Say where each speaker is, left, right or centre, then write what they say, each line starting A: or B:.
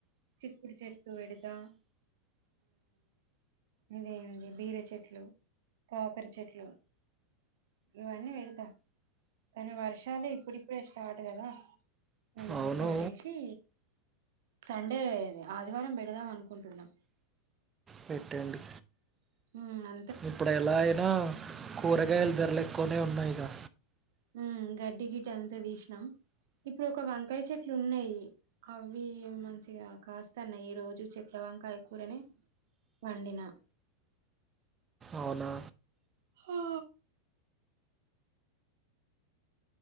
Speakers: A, on the right; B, on the right.
A: చిక్కుడు చెట్లు పెడుతా ఇదేంది బీర చెట్లు కాకర చెట్లు ఇవన్నీ పెడతా కని వర్షాలే ఇప్పుడిప్పుడే స్టార్ట్ కదా అందుకోసం
B: అవును.
A: అనేసి సండే ఆదివారం పెడదాం అనుకుంటున్నాం
B: పెట్టండి
A: ఉ అ
B: ఇప్పుడు ఎలా అయినా కూరగాయల్ ధర్ల్ ఎక్కువనే ఉన్నాయిగా
A: ఉ గడ్డి గిడ్డి అంతా తీశినం ఇప్పుడు ఒక వంకయ్ చెట్లు ఉన్నాయి అవ్వి మంచిగా కాస్తాన్నాయి ఈ రోజు చెట్ల వంకాయ కూరనే వండిన
B: అవునా!
A: హా